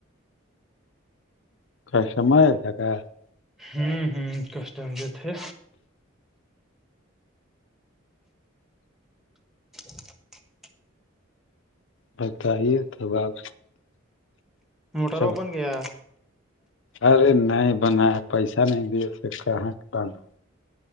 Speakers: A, on the left (about 60°); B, in the centre.
A: <inaudible>
B: ہوں ہوں کسٹم جو تھے <unintelligible>
A: بتائیے تب آپ
B: موٹر
A: جب
B: اپن گیا
A: ارے نہیں بنایا پیسہ نہیں دیا اسے کہاں کے بنا